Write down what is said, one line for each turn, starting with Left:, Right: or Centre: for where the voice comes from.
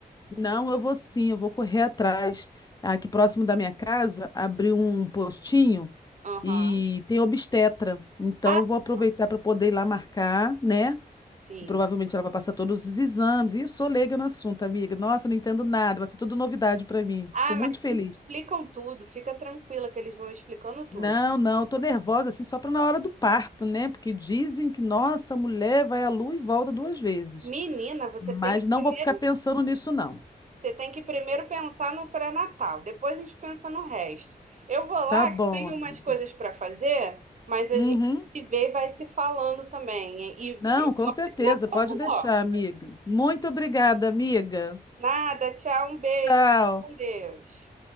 Left: não, eu vou sim, eu vou correr atrás. Aqui próximo da minha casa, abri um postinho
Right: Aham.
Left: e tem obstetra. Então
Right: Ah,
Left: eu vou aproveitar
Right: não,
Left: para poder ir lá marcar, né?
Right: sim.
Left: que provavelmente ela vai passar todos os exames. E eu sou leiga no assunto, amiga. Nossa, não entendo nada, vai ser tudo novidade para mim.
Right: Ah,
Left: Tô
Right: mas
Left: muito feliz.
Right: eles explicam tudo, fica tranquila que eles vão explicando tudo.
Left: Não, não, tô nervosa assim só para na hora do parto, né? Porque dizem que nossa, a mulher vai à lua e volta duas vezes.
Right: Menina, você
Left: Mas
Right: tem que
Left: não
Right: primeiro,
Left: vou ficar pensando nisso, não.
Right: você tem que primeiro pensar no pré-natal, depois a gente pensa no resto. Eu vou lá,
Left: Tá bom,
Right: que tenho
Left: amiga.
Right: umas coisas para fazer, mas a
Left: Uhum.
Right: gente se vê e vai se falando também, e e
Left: Não,
Right: resolve
Left: com certeza,
Right: esse negócio
Left: pode deixar,
Right: logo.
Left: amiga. Muito obrigada, amiga.
Right: Nada, tchau, um beijo.
Left: Tchau.
Right: Fica Com Deus.